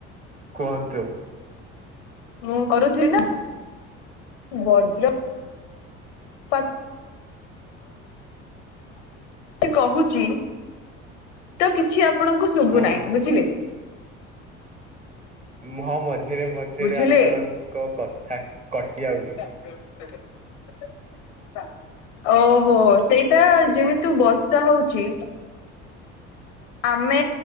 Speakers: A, on the right; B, on the left.
A: କୁହନ୍ତୁ।
B: ମୁଁ କରୁଥିଲି ନା ବଜ୍ର ପା। କହୁଛି ତ କିଛି ଆପଣଙ୍କୁ ଶୁଭୁ
A: ହଁ
B: ନାହିଁ ବୁଝିଲେ।
A: ମୁଁ ହଁ ମଝିରେ ମଝିରେ
B: ବୁଝିଲେ।
A: ଆପଣଙ୍କ କଥା କଟି ଆଉଛି।
B: <inaudible> ଓହୋ ସେଇଟା ଯେହେତୁ ବର୍ଷା ହଉଛି ଆମେ